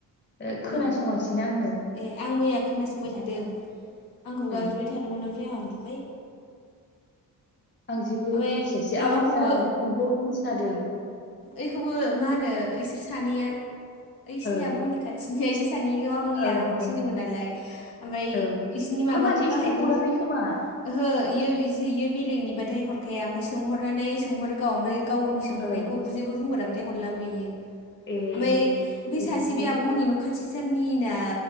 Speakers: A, on the left; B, on the left.
A: ओ खोनासङासिनो
B: इयाव
A: आङो।
B: ए आं मैया खोनासंबाय थादों। आंखौ ग्राबजिबाय
A: ओं
B: थादोंमोन ओमफ्राय आंहा उन्दुबाय।
A: आं जेबो
B: ओमफ्राय
A: मिथियासै
B: माबाखौबो
A: आं मैया ग्रुपआव ओरैनोसो थादों।
B: ओइखौबो मा होनो ओइसोर सानैया ओइसिनि
A: ओ
B: आब'मोननि खाथ <unintelligible> मैया
A: ओं
B: हाबनो थिनदोंमोन
A: ओं
B: नालाय ओमफ्राय
A: औ
B: इसिनि
A: ओमफ्राय
B: माबाखौ
A: माथो इसिनो
B: गाहायखो
A: हराखै खोमा
B: ओहो इयो इजि इयो बेलेगनिबाथाय हरखाया ओमफ्राय सोंहरनानै सोंहरो गाव ओमफ्राय गावनि सोंहरनायखौ
A: ओ
B: जेबो बुंहराथाय हरलाबो इयो
A: ए
B: ओमफाय
A: ए
B: बै
A: बिदिसो
B: सासे बे आब'मोननि न' खाथि सारनि ना